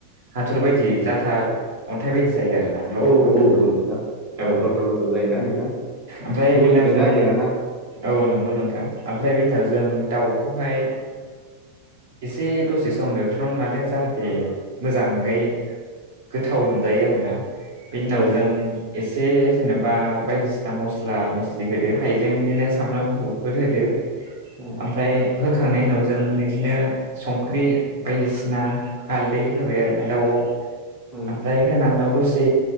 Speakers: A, on the right; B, on the right.
A: हाथर बायदि जाथा अ अनथाय बायदि जायो आरोना लथब
B: औ
A: लथब
B: औ औ नोंथां
A: औ
B: लथब लथब जायोना नोंथां
A: ओमफ्राय
B: गलिनो
A: बेनि उनाव जों
B: नागिराना
A: औ नंगौ नोंथां ओमफ्राय बे उनाव जों दाउखौहाय एसे दसे सम एवथ्रमना लादो जाहाथे मोजाङै गोथाव मोनजायो आरोना बेनि उनाव
B: औ
A: जों एसे जेनेबा बायदिसिना मस्ला मस्लि होदो हायजें बिदिनो सामब्राम गुफुरफोर होदो
B: उम
A: ओमफ्राय होखांनायनि उनाव जों बिदिनो संख्रि बायदिसिना हालदै होबाय आरोना दाउआव ओमफ्राय
B: उम
A: होनानै उनाव दसे